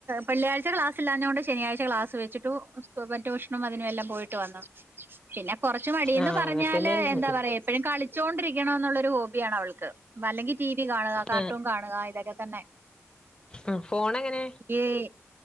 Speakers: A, on the right; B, on the left.
A: വെള്ളിയാഴ്ച ക്ലാസ്സ് ഇല്ലാഞ കൊണ്ട് ശനിയാഴ്ച ക്ലാസ്സ് ച്ചിട്ടു സ്കൂ ട്യൂഷനും അതിനും എല്ലാം പോയിട്ട് വന്നു പിന്നെ കുറച്ചു മടിന്ന്
B: ആ
A: പറഞ്ഞാല്
B: അങ്ങൻതന്നെണ് ഇവടിം
A: എന്താ പറയാ എപ്പഴും കളിച്ചോണ്ടിരിക്കണ എന്നുള്ളൊരു ഹോബിയാണ് അവൾക്ക്. വല്ലെങ്കി ടി വി കാണുക കാർട്ടൂൺ
B: ആ
A: കാണുക ഇതൊക്കെ തന്നെ.
B: ആ ഫോണെങ്ങനെ
A: ഏയ്